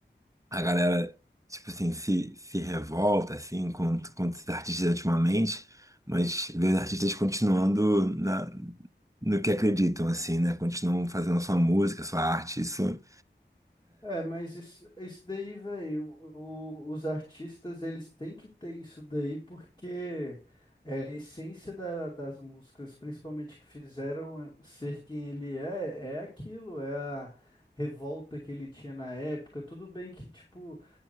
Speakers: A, on the right; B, on the left.
A: a galera, tipo assim, se, se revolta, assim, contra, contra os artistas ultimamente, mas vê os artistas continuando na, no que acreditam, assim, né? Continuam fazendo a sua música, a sua arte, isso
B: É, mas isso, isso daí, velho, os artistas, eles têm que ter isso daí porque é a essência da- das músicas, principalmente que fizeram ser quem ele é, é aquilo, é a revolta que ele tinha na época. Tudo bem que, tipo,